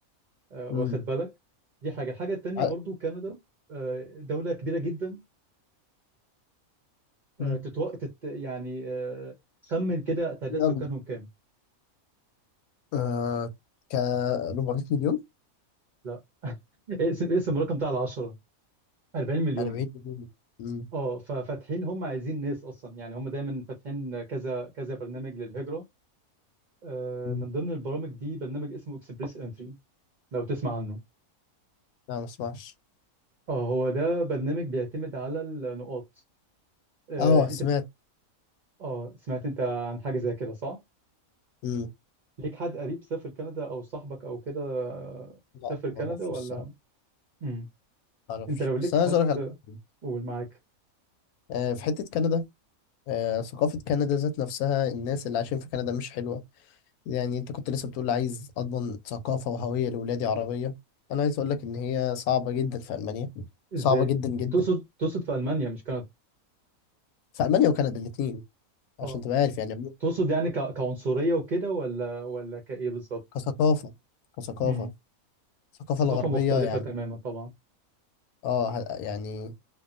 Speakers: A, on the right; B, on the left.
A: آه،
B: امم
A: واخد بالك دي حاجة الحاجة التانية
B: ع-
A: برضو كندا آه، دولة كبيرة جدا آه،
B: امم
A: تتو... تت... يعني آه، خمن كده تعداد
B: إيه
A: سكانهم
B: أكبر
A: كام
B: آه ك 400 مليون
A: لا <laughs> اقسم اقسم الرقم ده على 10 40 مليون
B: 40 مليون امم
A: اه ففاتحين هم عايزين ناس اصلا يعني هم دايما فاتحين كذا كذا برنامج للهجرة آه،
B: امم
A: من ضمن البرامج دي برنامج اسمه اكسبريس انتري لو تسمع عنه
B: لا ما اسمعش
A: اه هو ده برنامج بيعتمد على النقاط آه،
B: اه سمعت
A: انت ب... اه سمعت انت عن حاجة زي كده صح؟
B: امم
A: ليك حد قريب سافر كندا او صاحبك او كده آه،
B: لا
A: سافر
B: ما
A: كندا
B: اعرفش
A: ولا
B: الصراحه
A: مم.
B: ما اعرفش
A: انت لو
B: بس
A: ليك
B: انا
A: حد
B: عايز اقول لك على حاجه
A: قول معاك
B: آه، في حته كندا آه، ثقافه كندا ذات نفسها الناس اللي عايشين في كندا مش حلوه يعني انت كنت لسه بتقول عايز اضمن ثقافه وهويه لاولادي عربيه انا عايز اقول لك ان هي صعبه جدا في المانيا صعبه
A: ازاي؟
B: جدا جدا
A: تقصد تقصد في المانيا مش كندا
B: في المانيا وكندا الاثنين عشان
A: اه
B: تبقى عارف يعني
A: تقصد يعني ك... كعنصرية وكده ولا ولا كايه بالظبط؟
B: كثقافه كثقافه
A: مم.
B: الثقافه
A: ثقافة
B: الغربيه
A: مختلفة
B: يعني
A: تماما طبعا
B: اه ه- يعني